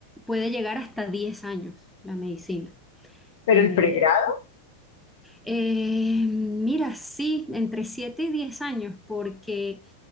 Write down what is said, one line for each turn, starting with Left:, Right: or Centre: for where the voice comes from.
Centre: puede llegar hasta 10 años la medicina.
Left: Pero
Centre: Eh,
Left: el pregrado,
Centre: eh, mira, sí, entre 7 y 10 años, porque...